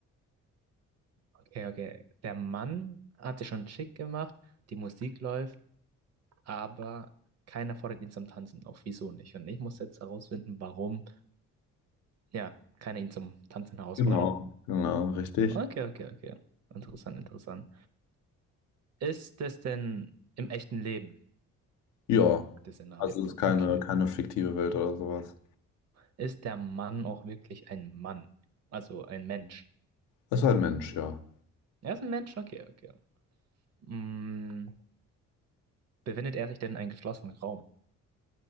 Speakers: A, on the right; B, on the left.
A: Okay, okay. Der Mann hat sich schon schick gemacht, die Musik läuft, aber keiner fordert ihn zum Tanzen auf. Wieso nicht? Und ich muss jetzt herausfinden, warum, ja, keiner ihn zum Tanzen herausfordert.
B: Genau. Genau, richtig.
A: Okay, okay, okay. Interessant, interessant. Ist das denn im echten Leben,
B: Ja,
A: das Szenario?
B: also es ist keine,
A: Okay.
B: keine fiktive Welt oder sowas.
A: Ist der Mann auch wirklich ein Mann? Also ein Mensch?
B: Es ist ein Mensch, ja.
A: Er ist ein Mensch, okay, okay. Mm, befindet er sich denn in einem geschlossenen Raum?